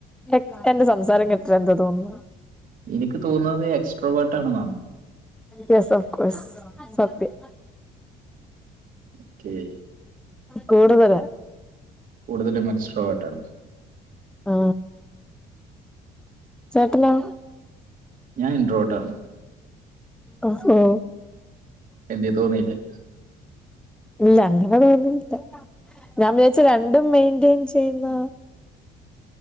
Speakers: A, in the centre; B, on the right (about 55°).
A: എ എന്റെ സംസാരം കേട്ടിട്ട് എന്താ തോന്നുന്നു
B: ഇനിക്ക് തോന്നുന്നത് നീ എക്സ്ട്രോവെർട്ട് ആണന്നാണ്
A: യസ് ഓഫ്കോസ് സത്യം
B: ഓക്കെ
A: കൂടുതല
B: കൂടുതലും എക്സ്ട്രോ വെട്ടാണ്
A: ആ ചേട്ടനോ
B: ഞാൻ ഇട്രെവേർട്ടാണ്
A: ഓഹോ
B: എന്തേ തോന്നിയില്ലേ
A: ഇല്ല അങ്ങനെ തോന്നിയില്ല ഞാൻ വിചാരിച്ച് രണ്ടും മെയിന്റെയിൻ ചെ യ്യുന്ന